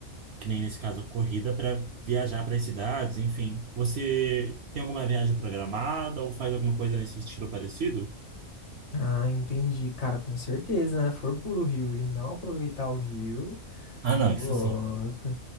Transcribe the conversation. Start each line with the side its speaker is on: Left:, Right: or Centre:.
Right: que nem nesse caso a corrida, para viajar para as cidades, enfim. Você tem alguma viagem programada ou faz alguma coisa nesse estilo parecido?
Left: Ah, entendi. Cara, com certeza, né? For por o Rio e não aproveitar o Rio,
Right: Ah, não,
Left: ô louco.
Right: isso sim.